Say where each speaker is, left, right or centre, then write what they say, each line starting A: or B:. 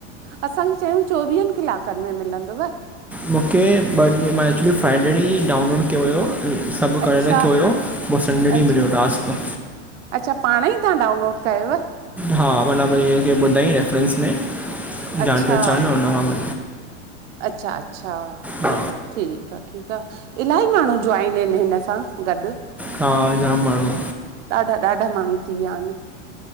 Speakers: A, on the right (about 75°); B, in the centre.
A: असांखे चयूं चोवियन कलाकन में मिलंदव।
B: मूंखे ॿ ॾीं फाईनली डाउनलोड कयो हुयो। सब
A: अच्छा
B: करे रखियो हुयो पो ॾींहुं
A: अच्छा
B: मिलयो टास्क।
A: अच्छा पाणई तव्हां डाउनलोड कयुव।
B: हा वॾा भाई खे ॿुधाई रेफरेंस में
A: अच्छा
B: जान पहचान में हुन खां बि
A: अच्छा अच्छा
B: हा
A: ठीकु आ ठीकु आ इलाही माण्हू ज्वाइन आहिनि हिन सां गॾु
B: हा, जाम माण्हू
A: ॾाढा ॾाढा माण्हू थी विया इन।